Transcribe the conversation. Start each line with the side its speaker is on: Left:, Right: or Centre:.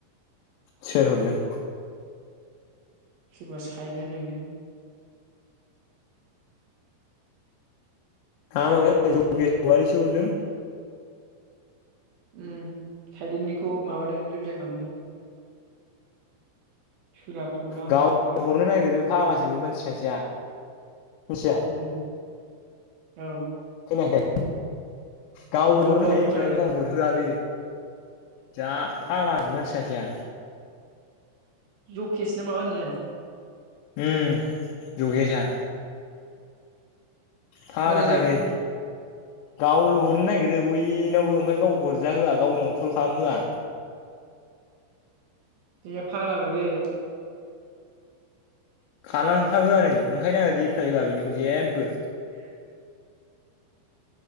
Left: सोर हरदों।
Right: सोरबा सायले नोलै।
Left: थाङा मोनगोन जगेस औवारिसो हरदों।
Right: उम थाइलेन्डनिखौ माबादों रिप्लाय खालामदों। सोलाबथ'ला आं
Left: गाव
Right: सोलाबनायालाय
Left: हरनो नागिरो फाग्लासो बे मानसि सासेआ मिथिबाय।
Right: उम औ
Left: खोनायाखै गाव
Right: औ
Left: हरनो
Right: औ
Left: हायो
Right: खोनादों
Left: गाव हरहोआ बेयो जा फाग्ला बि मानसि सासेआ
Right: जखेसना माबा होननाया
Left: उम जगेसा। फाग्लाथार
Right: मारै नों
Left: बे गावल'
Right: ए
Left: हरनो नागिरो बयनावबो ओमफ्राय गाव हरजा होआ गावनाव कल
Right: हरजा
Left: खालामहोआ
Right: होआ गावनावथ बे फाग्लाफोरा बे
Left: खालामथाबो आरो ओंखायनो आङो रिप्लाय होआ बिनिखौ जेबो
Right: जेबो